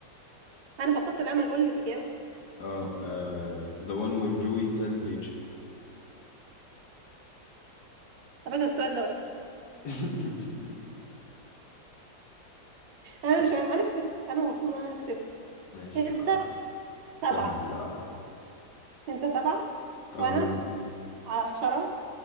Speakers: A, on the right; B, on the left.
A: انا فقدت الامل قول لي الاجابة
B: اه آه، The One Where Joey Tells Rachel
A: على فكرة السؤال ده وحش
B: <laughs>
A: انا
B: طب
A: مش فاهم انا كسبت انا مبسوطة ان انا كسبت
B: ماشي
A: انت
B: الصراحة تستاهل
A: سبعة
B: الصراحة
A: انت سبعة
B: اه
A: وانا
B: وانت
A: عشرة